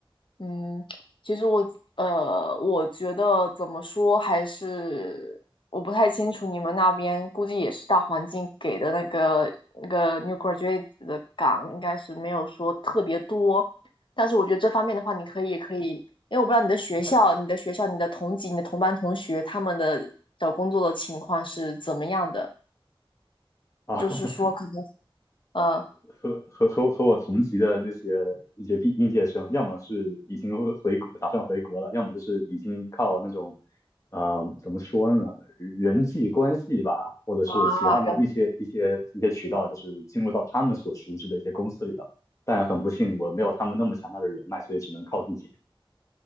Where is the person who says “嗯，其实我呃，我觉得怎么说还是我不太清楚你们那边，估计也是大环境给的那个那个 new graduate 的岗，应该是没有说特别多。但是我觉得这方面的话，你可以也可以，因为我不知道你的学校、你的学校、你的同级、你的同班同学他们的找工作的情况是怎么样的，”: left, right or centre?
Left